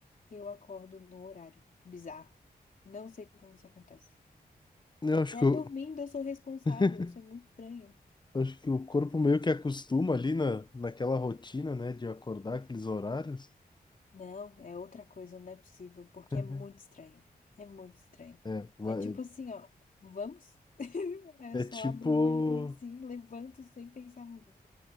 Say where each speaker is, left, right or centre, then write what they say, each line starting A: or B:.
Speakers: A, on the left; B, on the left.
A: Eu acordo no horário. Bizarro. Não sei como isso acontece.
B: Eu
A: Até
B: acho que eu...
A: dormindo eu sou responsável.
B: <laughs>
A: Isso é muito estranho.
B: Acho que o corpo meio que acostuma ali na, naquela rotina, né, de acordar aqueles horários.
A: Não, é outra coisa, não é possível, porque
B: <laughs>
A: é muito estranho. É muito estranho.
B: É, vai-
A: É tipo assim, ó, vamos? <laughs> Aí
B: é
A: Eu só
B: tipo
A: abro o olho assim, levanto sem pensar muito.